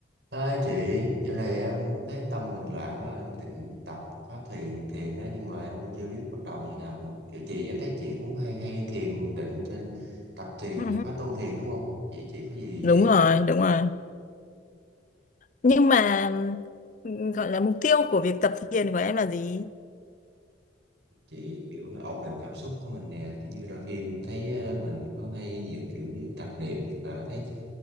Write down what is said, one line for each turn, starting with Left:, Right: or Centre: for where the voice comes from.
Right: À, chị, dạo này em thấy tâm mình loạn quá, em định tập khóa thiền thiền đó nhưng mà em cũng chưa biết bắt đầu như nào nữa. Kiểu chị em thấy chị cũng hay hay thiền định trên tập thiền
Left: Ừ,
Right: khóa tu thiền đúng không? Chị chị có gì
Left: Đúng
Right: chị
Left: rồi, đúng rồi. Nhưng mà ừ, gọi là mục tiêu của việc tập thiền của em là gì?
Right: chị kiểu ổn định cảm xúc của mình nè, kiểu như đôi khi em thấy ờ, mình có hay nhiều kiểu như tạp niệm là thấy